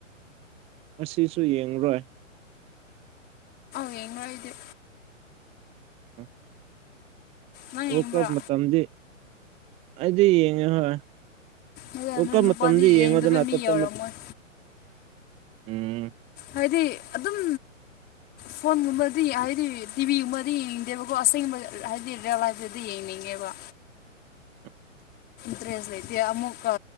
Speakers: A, on the right (about 15°); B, on the left (about 25°).
A: ꯉꯥꯁꯤꯁꯨ ꯌꯦꯡꯂꯔꯣꯏ
B: ꯌꯦꯡꯔꯣꯏ ꯑꯩꯗꯤ
A: <unintelligible>
B: ꯅꯪ
A: ꯋꯥꯔ
B: ꯌꯦꯡꯕ꯭ꯔꯥ
A: ꯀꯞ ꯃꯇꯝꯗꯤ ꯑꯩꯗꯤ ꯌꯦꯡꯉꯦ ꯍꯣꯏ
B: ꯍ
A: ꯋꯥꯔꯜ
B: ꯅꯣꯏ
A: ꯀꯞ
B: ꯅꯨꯄꯥꯗꯤ
A: ꯃꯇꯝꯗꯤ
B: ꯌꯦꯡꯗꯕꯩ
A: ꯌꯦꯡꯉꯣꯗꯅ ꯑꯇꯣꯞꯄ
B: ꯃꯤ ꯌꯧꯔꯝꯃꯣꯏ
A: ꯃꯠ ꯎꯝ
B: ꯍꯥꯏꯗꯤ ꯑꯗꯨꯝ ꯐꯣꯟꯒꯨꯝꯕꯗꯤ ꯍꯥꯏꯗꯤ ꯇꯤꯚꯤꯒꯨꯝꯕꯗꯤ ꯌꯦꯡꯅꯤꯡꯗꯦꯕꯀꯣ ꯑꯁꯦꯡꯒꯨꯝꯕ ꯍꯥꯏꯗꯤ ꯔꯤꯌꯦꯜ ꯂꯥꯏꯐꯇꯗꯤ ꯌꯦꯡꯅꯤꯡꯉꯦ ꯑꯦꯕ
A: <inaudible>
B: ꯗ꯭ꯔꯦꯁ ꯂꯩꯇꯦ ꯑꯃꯨꯛꯀ